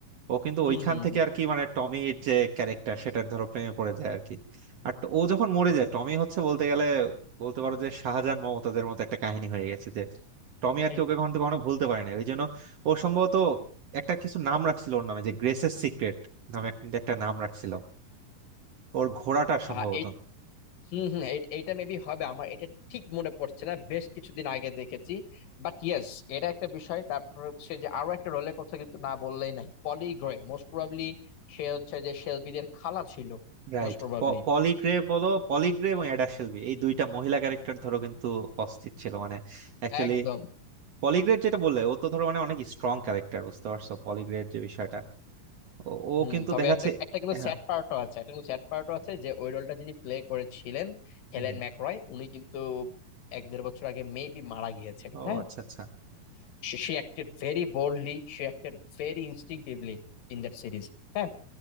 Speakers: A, on the right; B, on the left.
A: ও কিন্তু
B: হুম
A: ওইখান
B: হুম
A: থেকে
B: হুম
A: আর কি মানে টমির যে ক্যারেক্টার সেটার ধরো প্রেমে পড়ে যায় আর কি আর ট- ও যখন মরে যায় টমি হচ্ছে বলতে গেলে বলতে পারো যে শাহজাহান মমতাজের মতো একটা কাহিনী হয়ে গেছে যে টমি আর
B: এই
A: কি ওকে কখনো কখনো ভুলতে পারে না ওই জন্য ও সম্ভবত একটা কিছু নাম রাখছিল ওর নামে যে গ্রেসের সিক্রেট নামে এক- একটা নাম রাখছিল ওর ঘোড়াটার সম্ভবত
B: আহ, এই হুম হুম এই- এইটা মেবি হবে আমার এটা ঠিক মনে পড়ছে না বেশ কিছুদিন আগে দেখেছি বাট ইয়েস এটা একটা বিষয় তারপর হচ্ছে যে আরো একটা রোলের কথা কিন্তু না বললেই নাই পলি গ্রে মোস্ট প্রবাবলি সে হচ্ছে যে শেলবিদের খালা ছিল
A: রাইট
B: মোস্ট প্রবাবলি
A: পলিগ্রে বলো পলিগ্রে এবং অ্যাডা শেলবি এই দুইটা মহিলা ক্যারেক্টার ধরো কিন্তু অস্থির ছিল মানে অ্যাকচুয়ালি
B: একদম
A: পলিগ্রেড যেটা বললে ও তো ধরো মানে অনেক স্ট্রং ক্যারেক্টার বুঝতে পারছো পলিগ্রেড যে বিষয়টা ও ও
B: হুম
A: কিন্তু
B: তবে
A: দেখাচ্ছে
B: একটা একটা কিন্তু
A: হ্যাঁ
B: স্যাড পার্টও আছে একটা কিন্তু স্যাড পার্টও আছে যে ওই রোলটা যিনি প্লে করেছিলেন হেলেন
A: হুম, হুম।
B: ম্যাকরয় উনি কিন্তু এক দেড় বছর আগে মেবি মারা গিয়েছেন
A: ও
B: হ্যাঁ
A: আচ্ছা আচ্ছা
B: সে অ্যাক্টেড ভেরি বোল্ডলি সে acted very instinctively in that series হ্যাঁ